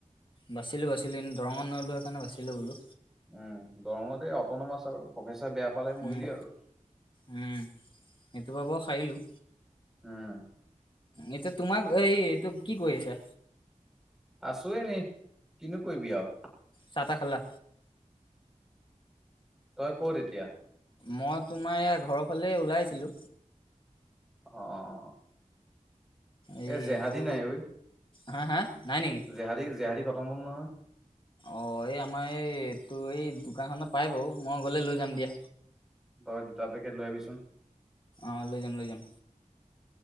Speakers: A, on the left; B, in the centre.
A: বাচিলো বাচিলো, এ দৰঙত <unintelligible> মানে বাছিলো বোলো।
B: উম, দৰঙতে এই অটন'মাছ আৰু, প্ৰফেচাৰ বেয়া পালে মৰিলি
A: উম
B: আৰু।
A: উম সেইটো পৰা বাৰু সাৰিলোঁ
B: উম।
A: এতিয়া তোমাক এই, এইটো কি কৰি আছা?
B: আছো এনে, কিনো কৰিবি আও!
A: চাহ-তাহ খালা?
B: তই ক'ত এতিয়া?
A: মই তোমাৰ এয়া ঘৰৰফালে ওলাইছিলো।
B: অ' অ' অ'।
A: এই
B: এ জেহাদী
A: এইটো
B: নাই ঐ।
A: হা হা! নাই নেকি
B: জেহাদী জেহাদী ক'ত? খটম হ'ল নহয়
A: অ' এই আমাৰ এইটোৰ, এই দোকানখনত পাই বাৰু। মই গ'লে লৈ যাম দিয়া।
B: তই দুটা পেকেট লৈ আহিবিচোন।
A: অ' লৈ যাম লৈ যাম।